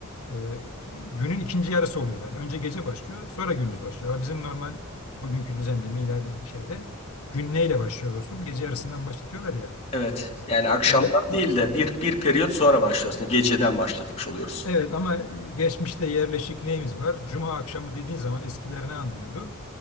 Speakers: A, on the left; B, on the left.
A: e, günün ikinci yarısı oluyor. Yani önce gece başlıyor, sonra gündüz başlıyor. Ama bizim normal bugünkü düzende miladi şeyde gün neyle başlıyor dostum? Gece yarısından başlatıyorlar ya.
B: Evet. Yani akşamdan
A: Öyle.
B: değil de bir bir periyot sonra başlıyorsun. Geceden başlatmış oluyoruz.
A: Evet ama e, geçmişte yerleşik neyimiz var? Cuma akşamı dediğin zaman eskiler ne anlıyordu?